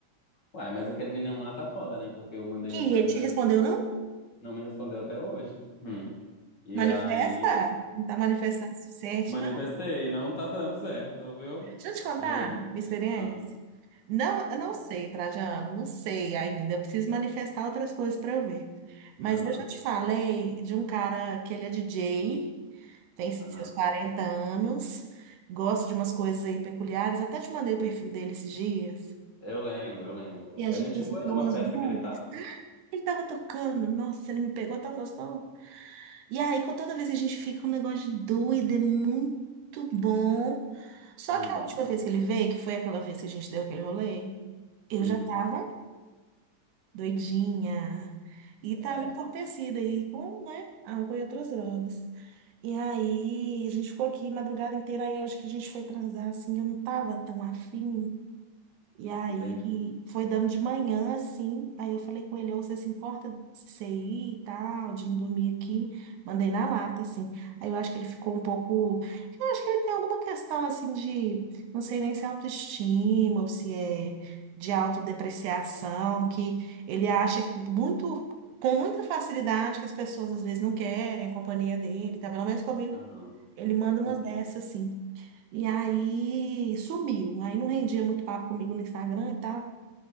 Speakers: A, on the left (about 40°); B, on the right (about 75°).
A: Uai, mas aquele menino lá tá foda, né? Porque eu mandei
B: Que
A: mensagem
B: ele te
A: pra
B: respondeu,
A: ele,
B: não?
A: não me respondeu até hoje. Hum. E
B: Manifesta?
A: aí.
B: Não tá manifestando o suficiente,
A: Manifestei,
B: não?
A: não tá dando certo, viu?
B: Deixa eu te contar
A: Juro.
B: minha experiência.
A: Ah,
B: Não, eu
A: quando?
B: não sei, Trajano, não sei ainda. Eu preciso manifestar outras coisas para eu ver. Mas
A: Aham,
B: eu já te falei de um cara que ele é DJ, tem seus
A: aham.
B: 40 anos, gosta de umas coisas aí peculiares. Até te mandei o perfil dele esses dias.
A: Eu lembro, eu lembro.
B: E a gente
A: A gente
B: já
A: foi
B: ficou
A: numa
B: umas
A: festa
B: duas.
A: que ele tava.
B: Ele tava tocando, nossa, ele me pegou tão gostoso. E aí, com toda vez que a gente fica um negócio de doido, é muito bom. Só
A: Uhum,
B: que a última vez que ele veio, que foi aquela vez que a gente deu aquele rolê, eu
A: uhum.
B: já tava doidinha. E tava
A: É,
B: entorpecida aí com, né, álcool e outras drogas. E aí, a gente ficou aqui madrugada inteira, aí eu acho que a gente foi transar, assim, eu não tava tão afim. E aí
A: entendi.
B: foi dando de manhã, assim. Aí eu falei com ele, ou você se importa de você ir e tal, de não dormir aqui? Mandei na lata, assim. Aí eu acho que ele ficou um pouco. Eu acho que ele tem alguma questão assim de. Não sei nem se é autoestima ou se é de autodepreciação, que ele acha que muito. Com muita facilidade que as pessoas às vezes não querem a companhia dele, tá? Pelo menos comigo,
A: Aham.
B: ele manda umas
A: Uhum.
B: dessas assim. E aí sumiu. Aí não rendia muito papo comigo no Instagram e tal.